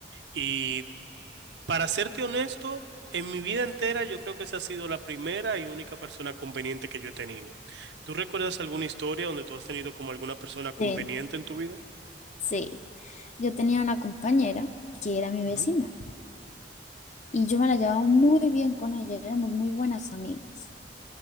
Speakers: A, on the right (about 70°); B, on the left (about 40°).
A: Y para serte honesto, en mi vida entera yo creo que esa ha sido la primera y única persona conveniente que yo he tenido. ¿Tú recuerdas alguna historia donde tú has tenido como alguna persona conveniente
B: Sí,
A: en tu vida?
B: sí. Yo tenía una compañera que era mi vecina
A: Ujú,
B: y yo me la llevaba muy bien con ella, éramos muy buenas amigas.